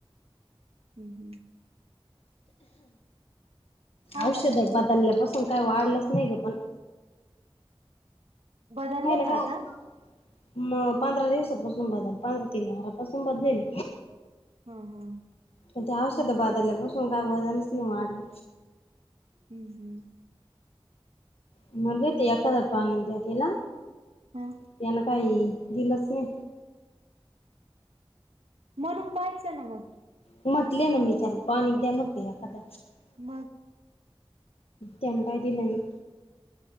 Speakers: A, on the right; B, on the left.
A: हम् हम्. खायला
B: औषध
A: काय
B: बदलल्यापासून
A: ते
B: काय वाढलंच नाही ग पण
A: बदलले
B: खाला
A: का
B: काय आता
A: हा
B: <unintelligible> मग पंधरा दिवसापासून बदल पंधरा तीन वारापासून बदलेल.
A: हा हा.
B: म्हणे औषध बादल्या पासून काय वजनच नाही वाढलं.
A: हम्म हम्.
B: म्हणली होती एखादं टॉनिक द्या तिला.
A: हा
B: त्यान काई दिलच नाही.
A: म्हणून पाहायचं ना मग
B: म्हटले ना मी त्याला टॉनिक द्या म्हटलं एखाद
A: मग.
B: तेन काय दिल नाही.